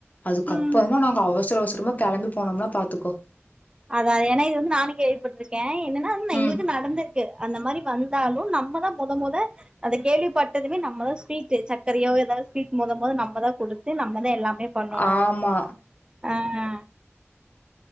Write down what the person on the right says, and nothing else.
ம்
அதான்து ஏன்னா இது வந்து நானும் கேள்விப்பட்ருக்கேன் என்னன்னா எங்களுக்கு
நடந்திருக்கு அந்த மாதிரி வந்தாலும் நம்மதான் முத மொத அந்த கேள்விப்பட்டதுமே நம்மதான் ஸ்வீட்டு் சர்கரையோ ஏதாவது ஸ்வீட் மொத மொத நம்ம தான் கொடுத்து நம்ம வந்து எல்லாமே பண்ணணும்
ஹ ஆ